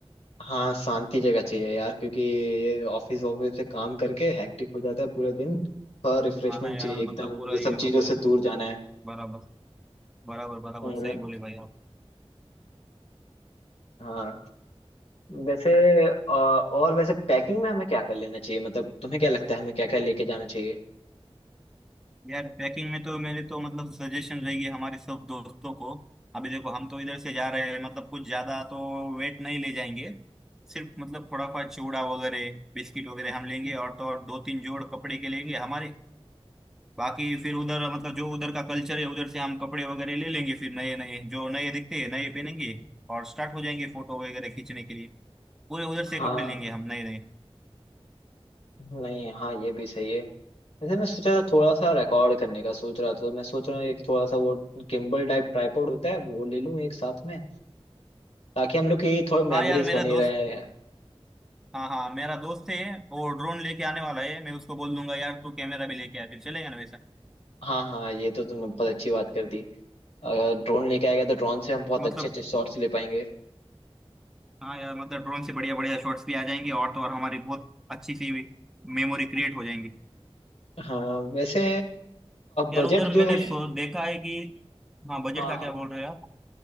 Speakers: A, on the left (about 80°); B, in the centre.
A: हाँ शांति जगह चाहिए यार क्योंकि ये ऑफिस ऑफिस से काम करके हेक्टिक हो जाता है पूरे दिन थोड़ा रिफ्रेशमेंट
B: हाँ ना यार
A: चाहिए एकदम
B: मतलब पूरा
A: ये सब
B: ये हो
A: चीजों
B: गया
A: से दूर जाना है
B: बराबर बराबर बराबर
A: हम्म
B: सही बोले भाई आप
A: हाँ वैसे अ, और वैसे पैकिंग में हमें क्या कर लेना चाहिए मतलब तुम्हें क्या लगता है हमें क्या क्या लेके जाना चाहिए
B: यार ट्रैकिंग में तो मेरे तो मतलब सजेशन रहेगी हमारे सब दोस्तों को अभी देखो हम तो इधर से जा रहे हैं मतलब कुछ ज्यादा तो वेट नहीं ले जाएंगे सिर्फ मतलब थोड़ा सा चिवड़ा वगैरह बिस्किट वगैरह हम लेंगे और तो और दो तीन जोड़ कपड़े के लेंगे हमारे बाकी फिर उधर मतलब जो उधर का कल्चर है उधर से हम कपड़े वगैरह ले लेंगे फिर नए नए जो नए दिखते हैं नए पहनेंगे और स्टार्ट हो जाएंगे फोटो वगैरह खींचने के लिए पूरे उधर
A: हाँ
B: से कपड़े लेंगे हम नए नए
A: नहीं हाँ ये भी सही है वैसे मैं सोचा था थोड़ा सा रिकॉर्ड करने का सोच रहा था तो मैं सोच रहा हूँ एक थोड़ा सा वो गिम्बल टाइप ट्राइपॉड होता है वो ले लूँ एक साथ में ताकि हम लोग की थोड़ी मेमोरीज
B: हाँ यार मेरा
A: बनी
B: दोस्त
A: रहे
B: हाँ हाँ मेरा दोस्त है वो ड्रोन लेके आने वाला है मैं उसको बोल दूंगा यार तू कैमरा भी लेके आ फिर चलेगा ना वैसा
A: हाँ हाँ ये तो तुमने बहुत अच्छी बात कर दी अगर ड्रोन लेके आएगा तो ड्रोन से हम बहुत
B: मतलब
A: अच्छे अच्छे शॉट्स ले पाएंगे
B: हाँ यार मतलब ड्रोन से बढ़िया बढ़िया शॉट्स भी आ जाएंगे और तो और हमारी बहुत अच्छी सी मेमोरी क्रिएट हो जाएंगी
A: हाँ वैसे
B: यार
A: बजट
B: उधर
A: जो
B: मैंने
A: है
B: सो देखा है कि हाँ बजट
A: हाँ
B: का क्या
A: हाँ
B: बोल रहे हो आप